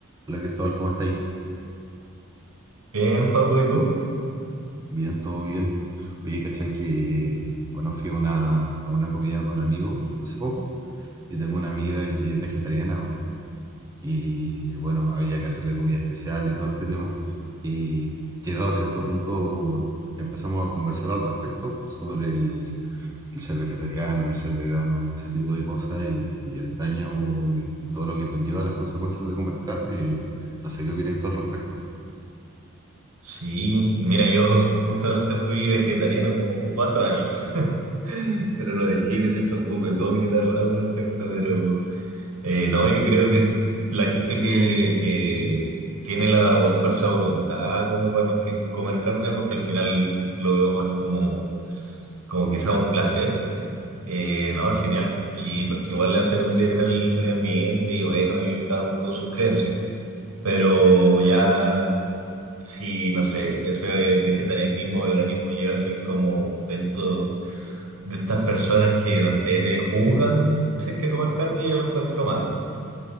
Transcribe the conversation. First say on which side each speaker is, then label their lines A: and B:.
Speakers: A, on the right; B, on the right.
A: Hola Cristóbal, ¿cómo estáis?
B: Bien, Joaco, ¿y tú?
A: Bien, todo bien. Oye, cachai que, bueno, fui a una, a una comida con amigos hace poco y tengo una amiga que es vegetariana po, y, bueno, había que hacerle comida especial y todo este tema. Y llegado a cierto punto empezamos a conversar al respecto sobre el, el ser vegetariano, el ser vegano, ese tipo de cosas y, y el daño y, y todo lo que conlleva las consecuencias de comer carne. y no sé qué opináis tú al respecto.
B: Sí, mira, yo justamente fui vegetariano como cuatro años, <laughs> pero lo dejé y me siento un poco hipócrita al respecto, pero eh, no, yo creo que si, la gente que, que tiene la vo- fuerza de voluntad como para no que- comer carne, porque al final lo veo más como, como quizá un placer, eh, no, es genial, y porque igual le hacen un bien al medio ambiente y bueno, ahí cada uno con sus creencias. Pero ya si, no sé, ese vegetarianismo o veganismo llega a ser como de esto, de estas personas que, no sé, te juzgan si es que comes carne, yo lo encuentro malo.